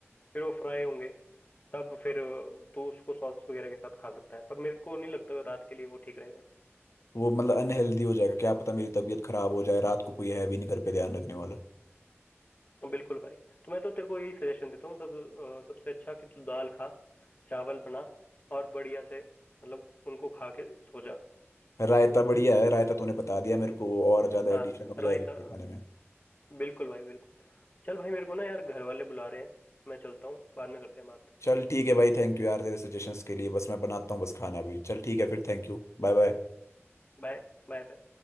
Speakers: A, on the left; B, on the left.
A: फिर वो फ्राई होंगे तब फिर अ, तू उसको सॉस वगैरह के साथ खा सकता है पर मेरे को नहीं लगता रात के लिए वो ठीक रहेगा
B: वो मतलब अनहेल्दी हो जाएगा क्या पता मेरी तबीयत खराब हो जाए रात को कोई है भी नहीं घर पे ध्यान रखने वाला
A: बिल्कुल भाई तो मैं तो तेरे को यही सजेशन देता हूँ सब अ, सबसे अच्छा कि तू दाल खा चावल बना और बढ़िया से मतलब उनको खा के सो जा
B: रायता बढ़िया है रायता तूने बता दिया मेरे को और ज्यादा एडिशन
A: हाँ
B: हो जाएगी
A: रायता
B: मेरे खाने में
A: बिल्कुल भाई बिल्कुल चल भाई मेरे को ना यार घर वाले बुला रहे हैं मैं चलता हूँ बाद में करते हैं बात
B: चल ठीक है भाई थैंक यू यार तेरे सजेशंस के लिए बस मैं बनाता हूँ बस खाना भी चल ठीक है फिर थैंक यू बाय बाय
A: बाय Bye bye